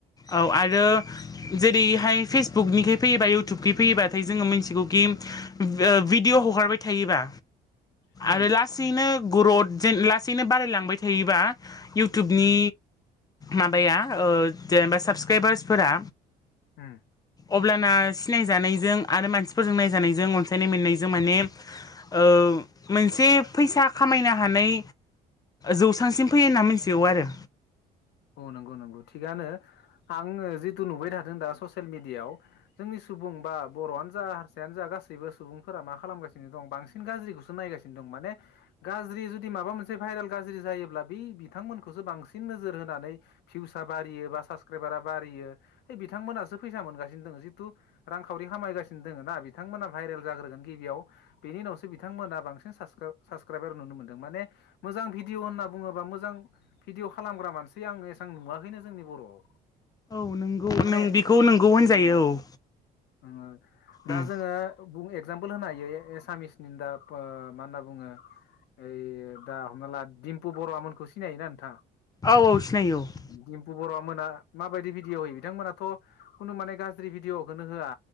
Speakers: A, on the left; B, on the left.
A: औ आरो जेरैहाय फेसबुकनिखै फैयोबा इउटुबखै फैयोबाथाय जोङो मिथिगौखि ओ भिडिय' हगारबाय थायोबा
B: उम
A: आरो लासैनो ग्रथ जेन लासैनो बारायलांबाय थायोबा इउटुबनि
B: उम
A: माबाया ओ जेनेबा साबसक्राइबार्सफोरा
B: <unintelligible>
A: अब्लाना सिनायजानायजों आरो मानसिफोरजों नायजानायजों अनसायनाय मोननायजों माने ओ मोनसे फैसा खामायनो हानाय जौसांसिम फैयो होनना मिथिगौ आरो।
B: औ नंगौ नंगौ थिगानो आङो जि थु नुबाय थादों दा ससियेल मिडियाआव जोंनि सुबुं बा बर'आनो जा हारसायानो जा गासैबो सुबुंफोरा मा खालामगासिनो दं बांसिन गाज्रिखौसो नायगासिनो दं माने गाज्रि जुदि माबा मोनसे भाइरेल गाज्रि जायो ब्ला बे बिथांमोनखौसो बांसिन नोजोर होनानै भिउसआ बारियो बा साबसक्राइबारा बारियो बे बिथांमोनासो फैसा मोनगासिनो दङ जितु रांखावरि खामायगासिनो दङ ना बिथांमोना भाइरेल जाग्रोगोन गिबियाव बेनि उावसो बिथांमोना बांसिन साब्सक्रा साब्स साब्सक्राइबार नुनो मोनदों माने मोजां भिडअ होनना बुङोबा मोजां भिडिअ खालामग्रा मानसि आं ए आं नुवाखैनो जोंनि बर'आव।
A: औ नोंगौ
B: माने
A: नों बेखौ नोंगौ होनजायो औ।
B: ओ दा
A: उम
B: जोङो बुं एगजामपोल होनो हायो एसामिसनि दाब ओ मा होनना बुङो ओइ दा हमना ला दिडिम्पु बरुवा मोनखौ सिनायोना नोंथाङा?
A: औ औ सिनायो औ।
B: दिम्पु बरुवा'आ मोना माबायदि भिडिअ' होयो बिथांमोनाथ' खुनु माने गाज्रि भिडिअ'खौनो होआ।